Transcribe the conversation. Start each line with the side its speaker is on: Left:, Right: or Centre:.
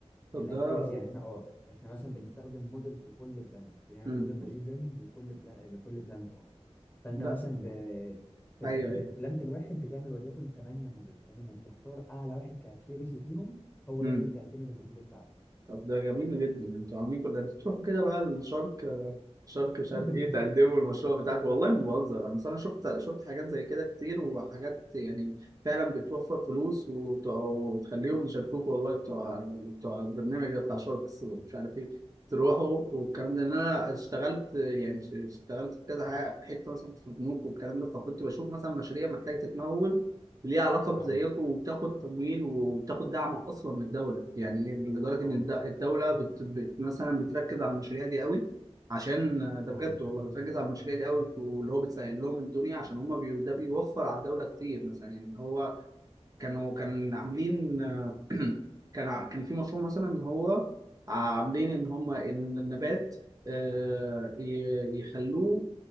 Right: طب
Left: الاكيورسي
Right: ده
Left: يعني احنا اه احنا مثلا بنستخدم موديل في كل بلانت بنعمل
Right: مم.
Left: موديل ماشين ليرنينج لكل بلانت لكل بلانت اه فانت
Right: لا
Left: مثلا ب... فانت
Right: ايوه
Left: في البلانت
Right: ايوه
Left: الواحد بتعمل وليكن 8 موديل فاهم وبتختار اعلى واحد كاكيورسي فيهم هو
Right: مم.
Left: ده اللي بتعتمد النتيجه بتاعته
Right: طب ده جميل جدا انتوا عاملين كل ده بتروحوا كده بقى الشرق شركة مش
Left: <laughs>
Right: عارف ايه تقدموا المشروع بتاعك والله ما بهزر انا أصل انا شفت شفت حاجات زي كده كتير وحاجات يعني فعلا بتوفر فلوس وت- وتخليهم يشاركوك والله بتوع بتوع البرنامج ده بتاع شاركس ومش عارف ايه تروحوا والكلام ده ان انا اشتغلت يعني اشتغلت في كذا حاجة- حته مثلا في البنوك والكلام ده فكنت بشوف مثلا مشاريع محتاجه تتمول ليها علاقه بزيكم
Left: اه
Right: وبتاخد تمويل وبتاخد دعم اصلا من الدوله يعني لدرجه
Left: اه
Right: ان الد- الدوله بت... بت... مثلا بتركز على المشاريع دي قوي عشان ده
Left: اه
Right: بجد والله بتركز على المشاريع دي قوي واللي هو بتسهل لهم الدنيا عشان هم بي... ده بيوفر على الدولة كتير مثلا يعني اللي هو كانوا كان عاملين <clears throat> كان ع- كان في مشروع مثلا ان هو عاملين ان هم ان النبات آه، ي- يخلوه